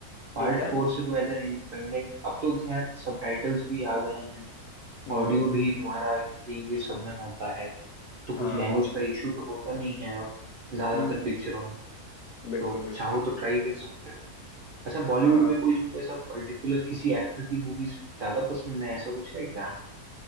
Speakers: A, on the right (about 65°); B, on the left (about 85°).
A: पार्ट
B: ठीक है
A: फोर से तुम एज एन इंडिपेंडेंट अब तो खैर सबटाइटल्स भी आ गए हैं
B: हम्म
A: ऑडियो भी तुम्हारा हिंदी इंग्लिश सब में होता है तो
B: हाँ
A: कुछ लैंग्वेज का इशू तो होता नहीं है अब ज्यादातर
B: हम्म
A: पिक्चरों में
B: बिल्कुल
A: तो
B: बिल्कुल
A: चाहो तो ट्राई कर सकते हो अच्छा
B: हाँ
A: बॉलीवुड में कोई तुमको ऐसा पर्टिकुलर किसी एक्टर की मूवीज ज्यादा पसंद है ऐसा कुछ है क्या